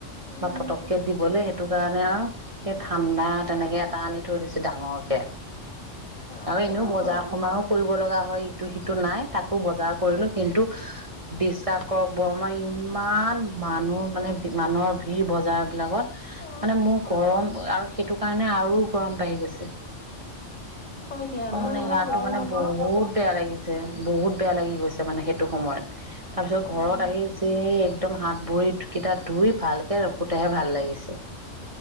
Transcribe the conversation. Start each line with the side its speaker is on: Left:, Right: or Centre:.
Left: উম
Right: বা পতককে দিবলে সেইটো কাৰণে মানে আৰু সেই ঠাণ্ডা তেনেকে এটা আনি থৈ দিছো ডাঙৰকে
Left: অ
Right: আৰু
Left: সেইটো
Right: এনেও বজাৰ
Left: হয়
Right: সমাৰো কৰিব লগা হয় ইটো সিটো নাই তাকো বজাৰ কৰিলো কিন্তু বিশ্বাস কৰক বৰ্মা ইমান মানুহ মানে মানুহৰ ভিৰ বজাৰ বিলাকত
Left: অ
Right: মানে মোৰ গৰম আৰু সেইটো কাৰণে আৰু গৰম বাঢ়ি গৈছে
Left: হয় দিয়া
Right: মোৰ
Left: ন
Right: মানে
Left: ইমান
Right: গাটো
Left: গৰমতো
Right: মানে বহুত বেয়া লাগিছে বহুত বেয়া লাগি গৈছে মানে সেইটো সময়ত তাৰপিছত
Left: উম
Right: ঘৰত আহি যে একদম হাত ভৰি কিটা ধুই ভালকে ৰখোতেহে ভাল লাগিছে।